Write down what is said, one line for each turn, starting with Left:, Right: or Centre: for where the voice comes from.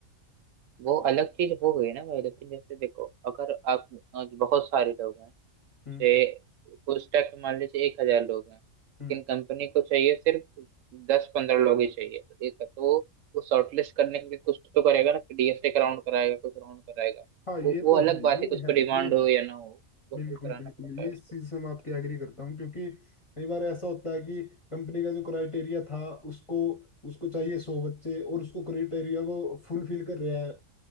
Right: वो अलग चीज हो गई ना भाई लेकिन जैसे देखो अगर आप अ, बहुत सारे लोग हैं जैसे
Left: हम्म
Right: उस टाइप में मान लीजिए एक हजार लोग हैं लेकिन
Left: हम्म
Right: कंपनी को चाहिए सिर्फ दस पंद्रह लोग ही चाहिए तो एक तो वो शॉर्टलिस्ट करने के लिए कुछ तो करेगा ना डीएसए का राउंड कराएगा कुछ राउंड कराएगा
Left: हाँ
Right: वो
Left: ये
Right: वो
Left: तो
Right: अलग
Left: है
Right: बात
Left: ये
Right: है कि उसको
Left: है
Right: डिमांड
Left: ये
Right: हो
Left: है
Right: या ना हो वो
Left: बिल्कुल
Right: क्यों कराना
Left: बिल्कुल
Right: पड़ता है
Left: ये
Right: उसको
Left: इस चीज से मैं आपकी एग्री करता हूँ क्योंकि कई बार ऐसा होता है कि कंपनी का जो क्राइटेरिया था उसको उसको चाहिए सौ बच्चे और उसको क्राइटेरिया को फुलफिल कर रहा है